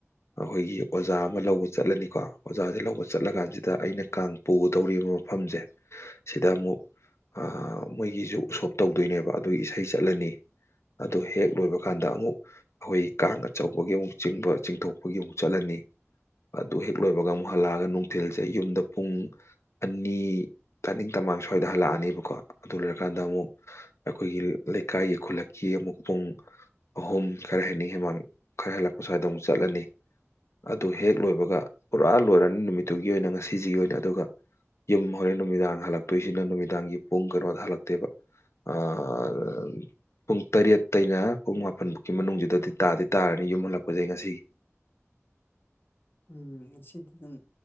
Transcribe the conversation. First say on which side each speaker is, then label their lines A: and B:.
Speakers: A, on the left; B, on the left.
A: ꯑꯈꯣꯏꯒꯤ ꯑꯣꯖꯥ ꯑꯃ ꯂꯧꯕ ꯆꯠꯂꯅꯤꯀꯣ ꯑꯣꯖꯥꯖꯦ ꯂꯧꯕ ꯆꯠꯂ ꯀꯥꯟꯖꯤꯗ ꯑꯩꯅ ꯀꯥꯡ ꯄꯨꯒꯗꯧꯔꯤꯕ ꯃꯐꯝꯖꯦ ꯁꯤꯗ ꯑꯃꯨꯛ ꯑꯥ ꯃꯣꯏꯒꯤꯖꯨ ꯎꯁꯣꯞ ꯇꯧꯗꯣꯏꯅꯦꯕ ꯑꯗꯨꯒꯤ ꯏꯁꯩ ꯆꯠꯂꯅꯤ ꯑꯗꯨ ꯍꯦꯛ ꯂꯣꯏꯕ ꯀꯥꯟꯗ ꯑꯃꯨꯛ ꯑꯈꯣꯏ ꯀꯥꯡ ꯑꯆꯧꯕꯒꯤ ꯑꯃꯨꯛ ꯆꯤꯡꯕ ꯆꯤꯡꯊꯣꯛꯄꯒꯤ ꯑꯃꯨꯛ ꯆꯠꯂꯅꯤ ꯑꯗꯨ ꯍꯦꯛ ꯂꯣꯏꯕ ꯑꯃꯨꯛ ꯍꯜꯂꯛꯑꯒ ꯅꯨꯡꯊꯤꯜꯖꯦ ꯑꯩ ꯌꯨꯝꯗ ꯄꯨꯡ ꯑꯅꯤ ꯇꯅꯤꯡ ꯇꯃꯥꯡ ꯁ꯭ꯋꯥꯏꯗ ꯍꯜꯂꯛꯑꯅꯤꯕꯀꯣ ꯑꯗꯨ ꯂꯣꯏꯔꯀꯥꯟꯗ ꯑꯃꯨꯛ ꯑꯈꯣꯏꯒꯤ ꯂꯩꯀꯥꯏꯒꯤ ꯈꯨꯜꯂꯛꯀꯤ ꯑꯃꯨꯛ ꯄꯨꯡ ꯑꯍꯨꯝ ꯈꯔ ꯍꯦꯅꯤꯡ ꯍꯦꯃꯥꯡ ꯈꯔ ꯍꯦꯜꯂꯛꯄ ꯁ꯭ꯋꯥꯏꯗ ꯑꯃꯨꯛ ꯆꯠꯂꯅꯤ ꯑꯗꯨ ꯍꯦꯛ ꯂꯣꯏꯕꯒ ꯄꯨꯔꯥ ꯂꯣꯏꯔꯅꯤ ꯅꯨꯃꯤꯠꯇꯨꯒꯤ ꯑꯣꯏꯅ ꯉꯁꯤꯖꯤꯒꯤ ꯑꯣꯏꯅ ꯑꯗꯨꯒ ꯌꯨꯝ ꯍꯣꯔꯦꯟ ꯅꯨꯃꯤꯗꯥꯡ ꯍꯜꯂꯛꯇꯣꯏꯖꯤꯅ ꯅꯨꯃꯤꯗꯥꯡꯒꯤ ꯄꯨꯡ ꯀꯅꯣꯗ ꯍꯜꯂꯛꯇꯣꯏꯕ <unintelligible> ꯄꯨꯡ ꯇꯔꯦꯠꯇꯩꯅ ꯄꯨꯡ ꯃꯥꯄꯟꯐꯥꯎꯒꯤ ꯃꯅꯨꯡꯖꯤꯗꯗꯤ ꯇꯥꯗꯤ ꯇꯥꯔꯅꯤ ꯌꯨꯝ ꯍꯜꯂꯛꯄꯖꯦ ꯑꯩ ꯉꯁꯤꯒꯤ
B: ꯎꯝ ꯉꯁꯤꯗꯤ ꯑꯗꯨꯝ